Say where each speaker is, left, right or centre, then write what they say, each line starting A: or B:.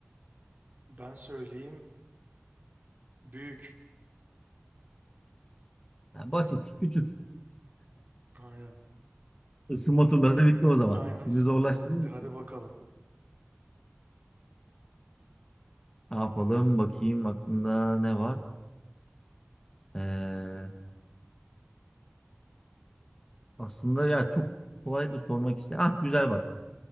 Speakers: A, on the right; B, on the left.
A: Ben söyleyeyim. Büyük.
B: Ha, basit. Küçük.
A: Aynen.
B: Isınma turları bitti o zaman.
A: Aynen
B: Şimdi
A: smatterları
B: zorlaştırıyoruz.
A: bitti. Hadi bakalım.
B: Ne yapalım? Bakayım aklında ne var? Ee, aslında ya çok kolay da sormak istedim. Ah güzel bak.